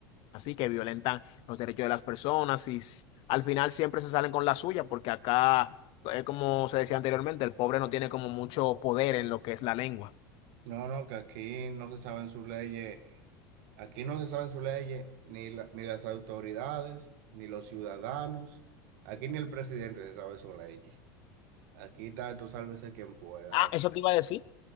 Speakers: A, on the left; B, on the right.
A: así que violentan los derechos de las personas y s- al final siempre se salen con la suya, porque acá, eh, como se decía anteriormente, el pobre no tiene como mucho poder en lo que es la lengua.
B: No, no, que aquí no se saben sus leyes. Aquí no se saben sus leyes, ni, la- ni las autoridades, ni los ciudadanos. Aquí ni el presidente se sabe sus leyes. Aquí está, esto sálvese quien pueda.
A: Ah,
B: eh.
A: eso te iba a decir.